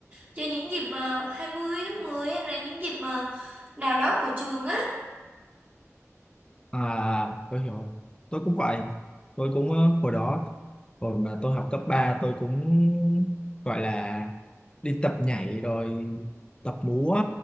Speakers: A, on the right; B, on the left.
A: cho những dịp uh, hai mươi tháng mười hay là những dịp ờ, nào đó của trường á
B: À, tôi hiểu. Tôi cũng vậy. Tôi cũng ờ, hồi đó hồi mà tôi học cấp ba tôi cũng gọi là đi tập nhảy rồi tập múa